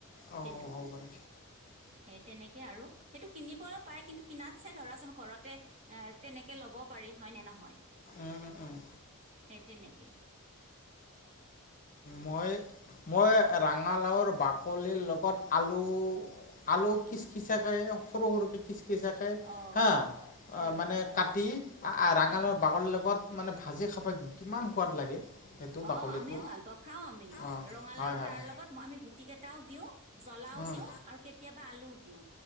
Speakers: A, on the left; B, on the right.
A: অ'
B: সেইটো।
A: হ'ব পাৰে।
B: সেই তেনেকে আৰু সেইটো কিনিব পায়, কিন্তু কিনাতচে ধৰাচোন ঘৰতে এ, তেনেকে ল'ব পাৰি হয় ন নহয়।
A: উম উম উম।
B: সেই তেনেকেই।
A: মই মই ৰঙালাওৰ বাকলিৰ লগত আলু আলু কিচ কিচক সৰু সৰুক কিচ কিচাকে
B: অ
A: হাঁ
B: হয়
A: মানে
B: হয়
A: কাটি ৰাঙালাওৰ
B: হা হা
A: বাকলিৰ লগত মানে ভাজি খাবা কিন্ত কিমান সোৱাদ লাগে। সেইটো বাকলিটো
B: অ আমিও ভাল পাওঁ খাওঁ আমি
A: অঁ
B: ৰঙালাও
A: হয় হয়
B: তাৰ লগত আমি গুটি কেইটাও দিওঁ জ্বলাও
A: অঁ
B: দিও আৰু কেতিয়াবা আলুও দিও।